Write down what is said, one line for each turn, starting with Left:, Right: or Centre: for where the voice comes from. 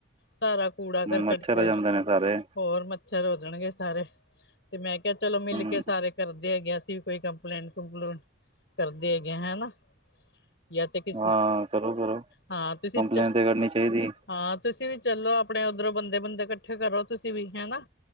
Left: ਸਾਰਾ ਕੂੜਾ ਕਰਕਟ
Right: ਮੱਛਰ
Left: ਫ਼ੇਰ
Right: ਹੋ ਜਾਂਦੇ ਨੇ ਸਾਰੇ
Left: ਹੋਰ ਮੱਛਰ ਹੋ ਜਾਣਗੇ ਸਾਰੇ ਤੇ ਮੈਂ ਕਿਹਾ ਚਲੋ ਮਿਲ਼
Right: ਹੂੰ
Left: ਕੇ ਸਾਰੇ ਕਰਦੇ ਦੇ ਹੈਗੇ ਅਸੀਂ ਕੋਈ ਕੰਪਲੇਂਟ- ਕੋਂਪਲੇਂਟ ਕਰਦੇ ਹੈਗੇ ਹੈਨਾ ਜਾਂ ਤੇ ਕਿਸੇ
Right: ਹਾਂ ਕਰੋ ਕਰੋ
Left: ਹਾਂ ਤੁਸੀਂ
Right: ਕੰਪਲੇਂਨ
Left: 'ਚ'
Right: ਤੇ ਕਰਨੀ ਚਾਹੀਦੀ
Left: ਹਾਂ ਤੁਸੀਂ ਵੀ ਚਲੋ ਆਪਣੇ ਉੱਧਰੋਂ ਬੰਦੇ-ਬੁੰਦੇ ਕੱਠੇ ਕਰੋ ਤੁਸੀਂ ਵੀ ਹੈਨਾ